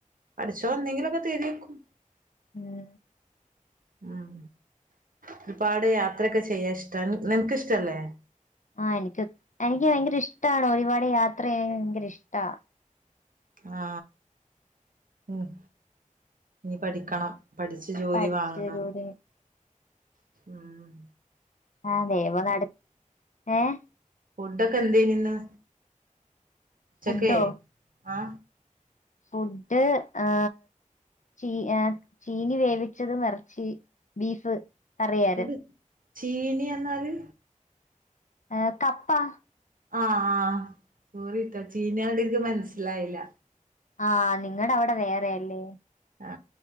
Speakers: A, on the right (about 80°); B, on the left (about 65°).
A: പഠിച്ചോനെന്നെങ്കിലും ഒക്ക തരുവേക്കും.
B: മ്
A: ഉം ഒരുപാട് യാത്രൊക്കെ ചെയ്യാ ഇഷ്ടാ. നിനക്ക് ഇഷ്ടല്ലേ?
B: ആ എനിക്ക് ഒ എനിക്ക് ഭയങ്കര ഇഷ്ടാണ്, ഒരുപാട് യാത്ര ചെയ്യാൻ ഭയങ്കര ഇഷ്ടാ
A: ആ ഉം ഇഞ് പഠിക്കണം. പഠിച്ചു ജോലി
B: പഠിച്ച്
A: വാങ്ങണം.
B: ജോലി
A: ഊം
B: ആ ദൈവം നട... ഏഹ്.
A: ഫുഡൊക്കെ എന്തേനി ഇന്ന്. ഉച്ചക്കെ
B: ഫുഡോ
A: ഹാ
B: ഫുഡ് ആ ചീ ആ ചീനി വേവിച്ചതും എറച്ചി ബീഫ് കറിയാരുന്നു
A: അത് ചീനി എന്നാല്
B: ആ കപ്പാ
A: ഹാ ആ സോറിട്ടോ ചീനാ ന്ന്ട്ക്ക് മനസ്സിലായില്ല
B: ഹാ നിങ്ങടെ അവിടെ വേറെയാല്ലേ
A: ആ